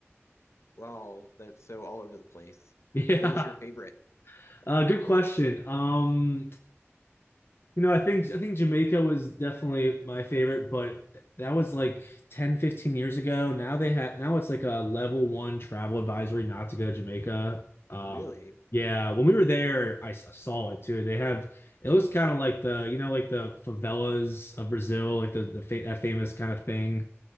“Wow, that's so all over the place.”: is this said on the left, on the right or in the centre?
Left